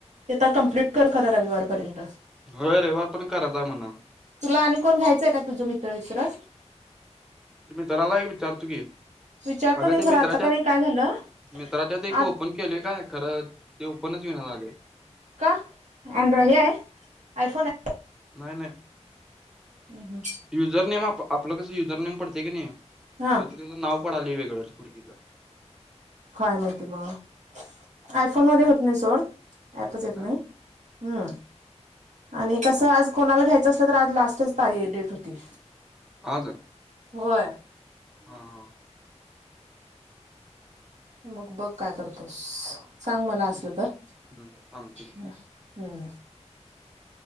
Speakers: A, on the right; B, in the centre.
A: ते तर कम्प्लीट कर खरं रविवारपर्यंतच
B: हो रविवार पर्यंत करायचा आहे म्हणं
A: तुला आणि कोण घ्यायचंय का तुझं मित्र वित्र
B: ते मित्राला एक विचारतो की
A: विचारतो
B: अगं
A: नाही
B: ते
A: खरं
B: मित्राच्यात
A: आता का नाही काय झालं
B: मित्राच्यात एक
A: आज
B: ओपन केलय काय खरं ते ओपणच होईना झालय
A: का ॲन्ड हे आहे आयफोन आहे
B: नाही नाही
A: हम् हम्
B: ते युजरनेम आप आपलं कसं युजरनेम पडतय की नाही तिथं
A: हा
B: त्येचं नाव पडालंय वेगळच पोरगीच
A: काय माहिती मग आयफोन मध्ये होत नाही सोड
B: होत
A: ॲपच येत
B: का
A: नाही हम्म आणि कसं आज कोणाला घ्यायचं असलं तर आज लास्टच ता हे डेट होती
B: आज
A: होय
B: हा हा
A: मग बघ काय करतोस सांग मला असलं
B: बघ
A: तर
B: हम्म सांगतो की
A: मग हं